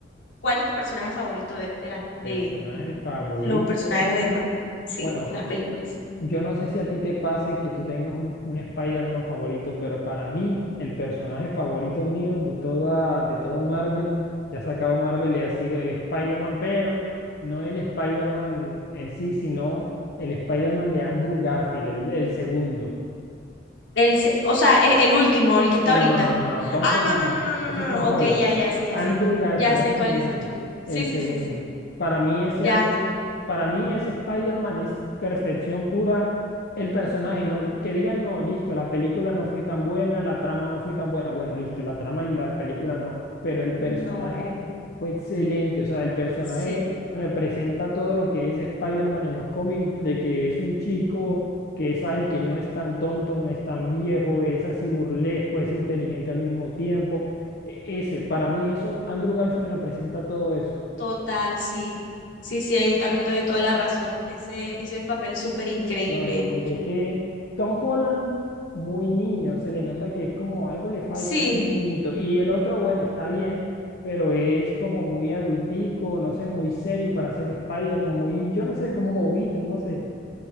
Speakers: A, on the left; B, on the left.
A: ¿Cuál es tu personaje favorito de, de, las- de
B: personaje favorito.
A: los personajes de Marvel? Sí,
B: Bueno,
A: de las películas.
B: Yo no sé si a ti te pase que tú tengas un, un Spider-Man favorito, pero para mí, el personaje favorito mío de toda, de todo Marvel, que ha sacado Marvel, le ha sido el Spider-Man, pero no el Spider-Man en sí, sino el Spider-Man de Andrew Garfield, el, el segundo.
A: El, se- o sea, e- el, último, el que está
B: No,
A: ahorita.
B: no, no, no, no. Tom
A: Ah,
B: Holland
A: no, no,
B: no.
A: no, no, no,
B: Ese
A: no.
B: es Tom
A: no, Ok,
B: Holland.
A: ya, ya sé, ya
B: Andrew
A: sé.
B: Garfield
A: Ya sé
B: es el
A: cuál
B: mediano,
A: dices tú. Sí,
B: el
A: sí,
B: segundo.
A: sí, sí.
B: Para mí ese
A: Ya,
B: Andrew, para mí ese Spider-Man es perfección pura. El personaje, no, que digan, no, listo, la película no fue tan buena, la trama no fue tan buena. Bueno, listo, la trama y la película no, pero el personaje
A: no,
B: fue excelente. O sea, el personaje
A: sí,
B: representa todo lo que es Spider-Man en los cómics, de que es un chico que es el que no es tan tonto, no es tan viejo, es así burlesco, es inteligente al mismo tiempo. E- Ese, para mí eso, Andrew Garfield representa todo eso,
A: total, sí. Sí, sí, ahí también te doy toda la razón. Ese hizo el papel súper increíble.
B: claro,
A: él.
B: porque es que Tom Holland, muy niño, se le nota que es como algo le falta
A: Sí,
B: y es muy niñito. Y el otro, bueno, está bien, pero es como muy adultico, no sé, muy serio para ser Spider-Man, muy, yo no sé, como bobito, no sé.